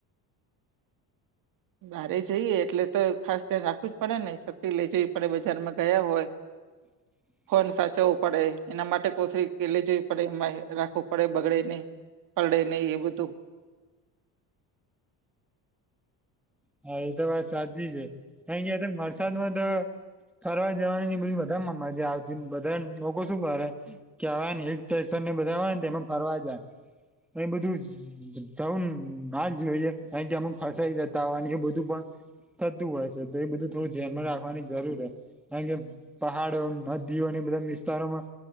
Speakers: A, on the right (about 55°); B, in the centre.
A: બારે જઈએ એટલે તો ખાસ ધ્યાન રાખવું જ પડે ને. શક્તિ લઇ જવી પડે બજારમાં ગયા હોય.
B: <inaudible>
A: ફોન સાચવું પડે. એના માટે કોથરી કે લઈ જવી પડે. એમાં રાખવું પડે બગડે નહિ. પડે નહી એ બધું.
B: હા! એ તો વાત સાચી છે. ક્યા વરસાદ માં તો. ફરવા જવાની એ બધી મા મજાઆવતી. બધાને લોકો શું કરે. કેવા ને એક હિલ સ્ટેશન ને બધા હોય ને એમાં ફરવા જાય. એ બધું જવું ના જ જોઈએ. કારણ કે અમુક ફસાઈ જાય. તાવા એ બધું પણ થતું હોય છે. તો એ બધું થોડું ધ્યાનમાં રાખવાની જરૂર હ. કાર કે પહાડો, નદીઓ અને બધા વિસ્તારોમાં.